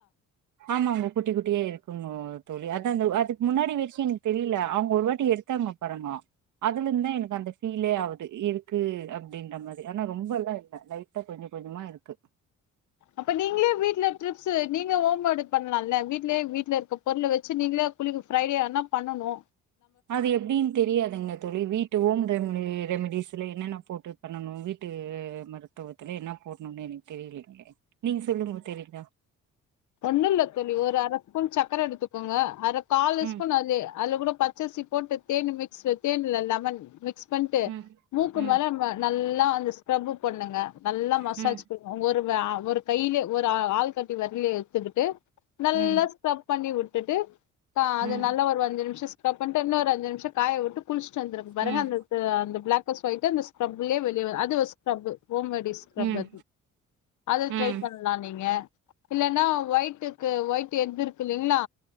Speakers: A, on the right; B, on the left.
A: ஆமாங்கோ குட்டி குட்டியா இருக்குங்கோ தோழி அதா அந்த அதுக்கு முன்னாடி வரைக்கு எனக்கு தெரியல அவங்க ஒரு வாட்டி எடுத்தாங்க பாருங்கோ அதுல இருந்துதா எனக்கு அந்த ஃபீலே ஆவுது இருக்கு அப்டின்ற மாதிரி ஆனா ரொம்ப எல்லா இல்ல லைட்டா கொஞ்ச கொஞ்சமா இருக்கு.
B: அப்ப நீங்களே வீட்ல ட்ரிப்ஸு நீங்க ஹோம் மேடு பண்லால்ல வீட்லயே வீட்ல இருக்க பொருள வச்சு நீங்களே குளிக்க ஃப்ரைடே ஆனா பண்ணனு
A: அது எப்டின்னு தெரியாதுங்க தோழி வீட்டு ஓன் ரெம்டி ரெமிடீஸ்ல என்னென்ன போட்டு பண்ணணு வீட்டு மருத்துவத்துல என்னா போடணுன்னு எனக்கு தெரியலைங்களே நீங்க சொல்லுங்க தெரிஞ்சா
B: ஒண்ணுல்ல தோழி ஒரு அர ஸ்பூன் சக்கர எடுத்துக்கோங்க அர காலு
A: ம்
B: ஸ்பூன் அதுலயே அதுல கூடோ பச்சரிசி போட்டு தேனு மிக்ஸு தேனு இல்ல லெமன் மிக்ஸ் பண்ட்டு
A: ம்
B: மூக்கு
A: ம்
B: மேல நம்ம நல்லா கொஞ்ச ஸ்க்ரப்பு பண்ணுங்க நல்லா மசாஜ்
A: ம்
B: குடுங்க உங்க ஒரு வா ஒரு கையிலயே ஒரு ஆள்காட்டி வெரல்லயே செஞ்சிட்டு நல்லா
A: ம்
B: ஸ்க்ரப் பண்ணி விட்டுட்டு ஆ அது
A: ம்
B: நல்லா ஒரு அஞ்சு நிமிஷோ ஸ்கிரப் பண்ட்டு இன்னொரு அஞ்சு நிமிஷோ காய வுட்டு குளிச் சு வந்தறப்ப பாருங்க
A: ம்
B: அந்த த அந்த பிளாக் கஸ் போயிட்டு அந்த ஸ்க்ரப்லயே வெளிய வ அது ஒரு ஸ்க்ரப்பு ஹோம் மேடு ஸ்க்ரப்பு
A: ம்
B: அத
A: ம்
B: ட்ரை பண்லா நீங்க இல்லன்னா ஒய்ட்டுக்கு ஒய்ட் எக்கு இருக்கு இல்லைங்களா